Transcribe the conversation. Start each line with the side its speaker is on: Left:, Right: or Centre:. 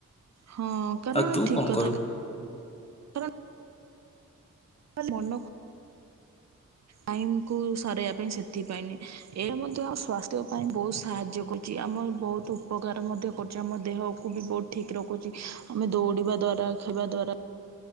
Right: ହଁ କାରଣ
Left: ଆଉ ତୁ
Right: ଠିକ
Left: କଣ କରୁ?
Right: କଥା କାରଣ ମନ କୁ ଟାଇମ୍ କୁ ସରାଇବା ପାଇଁ ସେଥିପାଇଁ ନୁହେଁ। ଏହା ମଧ୍ୟ ଆମ ସ୍ୱାସ୍ଥ୍ୟ ପାଇଁ ବହୁତ ସାହାଯ୍ୟ କରୁଚି। ଆମର ବହୁତ ଉପକାର ମଧ୍ୟ କରୁଛି। ଆମ ଦେହକୁ ବି ବଟ୍ ଠିକ ରଖୁଛି। ଆମେ ଦୌଡିବା ଦ୍ଵାରା, ଖାଇବା ଦ୍ଵାରା